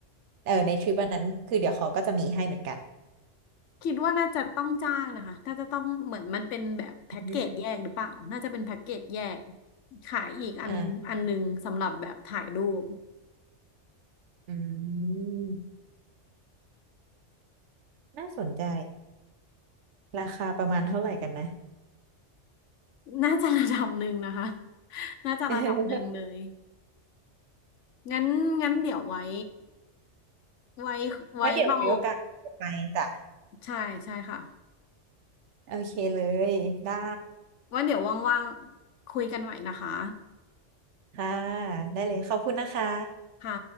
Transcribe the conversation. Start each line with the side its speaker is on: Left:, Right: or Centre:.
Right: เออในทริปอันนั้นคือเดี๋ยวเขาก็จะมีให้เหมือนกัน
Left: คิดว่าน่าจะต้องจ้างนะคะน่าจะต้องเหมือนมันเป็นแบบแพ็กเกจแยกหรือเปล่าน่าจะเป็นแพ็กเกจแยก
Right: อืม
Left: ขายอีกอันอันหนึ่งสำหรับแบบถ่ายรูป
Right: อ่าอืมน่าสนใจราคาประมาณเท่าไหร่กันนะ
Left: น่าจะระดับหนึ่งนะคะ <laughs> น่าจะระดับหนึ่งเลย
Right: <laughs>
Left: งั้นงั้นเดี๋ยวไว้ไว้ไว้เรา
Right: ไว้เดี๋ยวมีโอกาสไปจ้ะ
Left: ใช่ใช่ค่ะ
Right: โอเคเลยได้
Left: ว่าเดี๋ยวว่างๆคุยกันใหม่นะคะ
Right: ค่ะได้เลยขอบคุณนะคะ
Left: ค่ะ